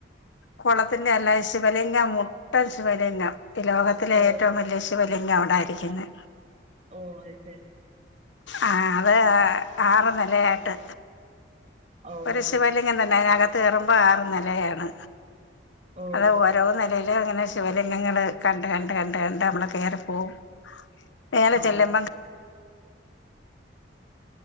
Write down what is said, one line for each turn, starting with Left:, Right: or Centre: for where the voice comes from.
Left: കുളത്തിന്റെ അല്ലാ ശിവലിംഗ മുട്ടൻ ശിവലിംഗം ഈ ലോകത്തിലെ
Right: ഓ
Left: ഏറ്റവും വലിയ ശിവ വലിംഗം അവിടായിരിക്കുന്നേ
Right: ഓ അയ് ശെരി
Left: ആ അത് ആറ് നെലയായിട്ട്
Right: ഓ
Left: ഒരു
Right: ഓ
Left: ശിവല്ലിങ്കം തന്നെ അതിനകത്ത് കയറുമ്പോ ആറ് നെലയാണ്
Right: ഓ
Left: അത് ആ ഒ ഓരോ നിലേലും ഇങ്ങനെ ശിവലിംഗങ്ങൾ കണ്ട് കണ്ട് കണ്ട് കണ്ട് നമ്മള് കേറിപ്പോകും മേലെ
Right: ആഹ്
Left: ചെല്ലുമ്പോ
Right: ആഹ്